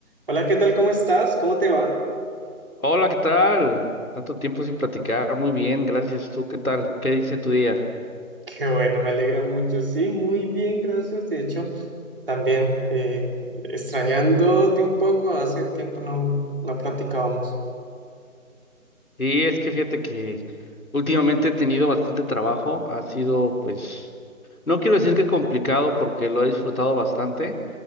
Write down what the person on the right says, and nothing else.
Hola, ¿qué tal? ¿Cómo estás? ¿Cómo te va?
Qué bueno, me alegra mucho. Sí, muy bien, gracias. De hecho, también eh, extrañándote un poco, hace tiempo no, no platicábamos.